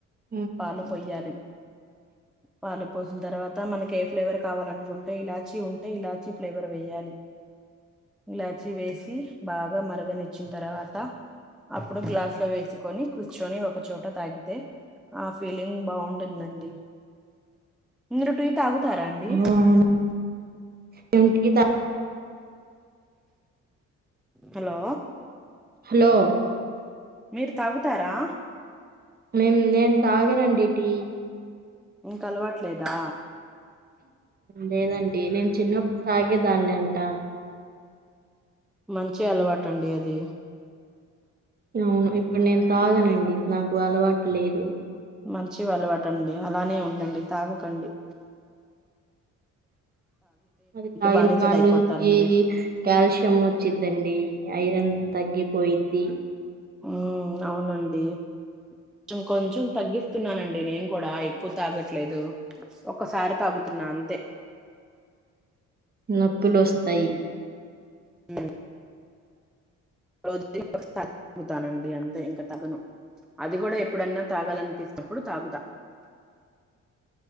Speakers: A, on the right; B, in the centre.
A: ఉమ్
B: పాలు పోయ్యాలి పాలుపోసిన తర్వాత మనకి ఏ ఫ్లేవర్ కావాలనుకుంటే ఇలాచి ఉంటే ఇలాచి ఫ్లేవర్ వెేయ్యాలి. ఇలాచి వేసి బాగా మరగనిచ్చిన తర్వాత అప్పుడు గ్లాస్ లో వేసుకొని కూర్చొని ఒకచోట తాగితే ఆ ఫీలింగ్ బాగుం నండి మీరు టీ తాగుతారా అండి?
A: అవునా మేము టీ త
B: హలో
A: హలో
B: మీరు తాగుతారా
A: మేం నేను తాగనండి టీ
B: మిక్ అలవట్లేదా
A: లేదండి నేను చిన్నప్పుడు తాగేదాన్ని అంట
B: మంచి అలవాటు అండి అది.
A: అవును ఇప్పుడు నేను తాగనండి నాకు అలవాటు లేదు.
B: మంచి అలవాటండి అలానే ఉండండి తాగకండ
A: అది తాగిన
B: బానిసలు
A: కాడ
B: అయిపోతారండి
A: నుంచి కాల్షియం వచ్చి దండి ఐరన్ తగ్గిపోయిద్ది.
B: ఉ అవునండి కొంచం కొంచెం తగ్గిస్తున్నానండి నేను కూడా ఎక్కువ తాగట్లేదు. ఒకసారి తాగుతున్నా అంతే
A: నొప్పులు వస్తాయి.
B: ఉ రోజు ఒకసారి తగుతానండి అంతే ఇంకా తాగను అది కూడా ఎప్పుడన్నా తాగాలనిపిసినప్పుడు తాగుతా.